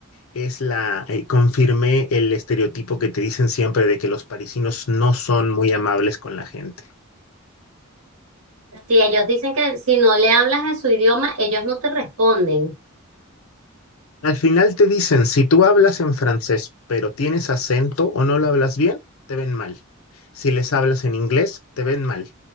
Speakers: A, on the left; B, on the right.
A: es la, eh, confirmé el estereotipo que te dicen siempre de que los parisinos no son muy amables con la gente.
B: Si ellos dicen que si no le hablas en su idioma, ellos no te responden.
A: Al final te dicen, si tú hablas en francés, pero tienes acento o no lo hablas bien, te ven mal. Si les hablas en inglés, te ven mal.